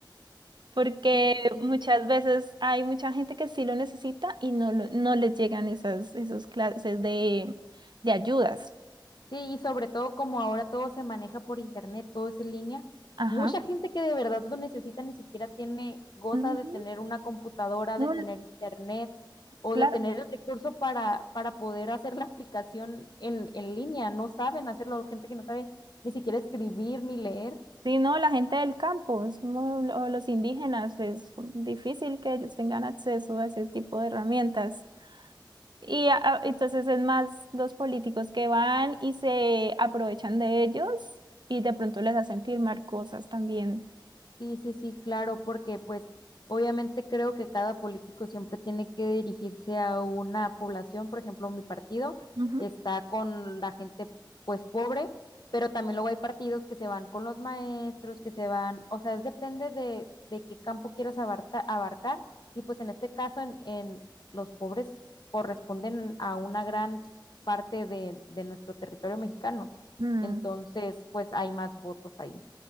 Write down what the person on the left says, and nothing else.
sí, sí, sí.
Sí, y sobre todo como ahora todo se maneja por internet, todo es en línea,
mucha gente que de verdad lo necesita ni siquiera tiene, goza
de tener una computadora,
de tener internet o
de tener el recurso para, para poder hacer la aplicación en, en línea. No saben hacerlo, gente que no sabe ni siquiera escribir ni leer.
Sí, sí, sí, claro, porque pues obviamente creo que cada político siempre tiene que dirigirse a una población, por ejemplo, mi partido
está con la gente pues pobre, pero también luego hay partidos que se van con los maestros, que se van, o sea, es depende de, de qué campo quieras abarta- abarcar y pues en este caso en, en los pobres corresponden a una gran parte de, de nuestro territorio mexicano,
entonces pues hay más votos ahí.